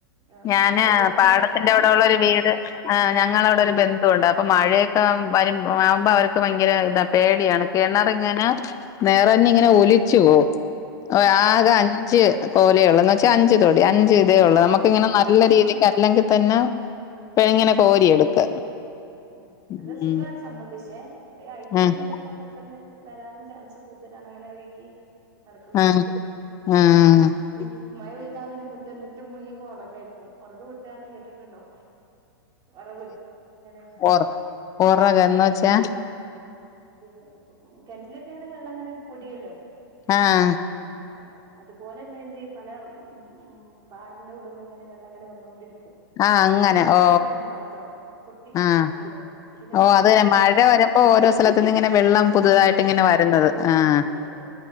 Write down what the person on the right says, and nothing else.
ആഹ്
ആ രൂപത്തിൽ
ന നറഞ്ഞു
ഒലിക്കും
ഉം
ആഹ്
ആഹ്
ആഹ്
ആഹ്
ആഹ്
ആഹ്
ആഹ് ഉ നല്ല
സുഖമാണ് സംബന്ധിച്ച് വേഗം ആയിക്കോളും
എന്താ ക്ക പെട്ടെന്ന് വരാനും ചാൻസ് കൂടുതലാണ് അങ്ങനെ ഒഴിക്കി നടക്കുന്നത് കൊണ്ടെ.
പി മഴ പെയ്താ പിന്നെ മുറ്റ മുറ്റം മുഴുവൻ ഉറകായിരിക്കും. ഉറക് വെട്ടുവാന്ന് കേട്ടിട്ടുണ്ടോ. ഒറവ് ഇങ്ങനെ
പിന്നെ കിണറ്റിലൊക്കെ ഇങ്ങനെ വെള്ളം ഇങ്ങനെ പൊടിയല്ലോ.
ആഹ് അതുപോലെ തന്നെ എന്തെതി പല ഉം പാറന്റെ ഉള്ളിന്ന് ഇങ്ങനെ വെള്ളം ഇങ്ങനെ വന്നുകൊണ്ടിരിക്കും.
മഴക്കാലം
ആയാൽ മാത്രം പൊട്ടി
തുറന്നിടും പിന്നെ നമ്മുക്ക്
എന്തെ
കാൽ
ആഹ്
പുതുതായിട്ട്
വരും ആ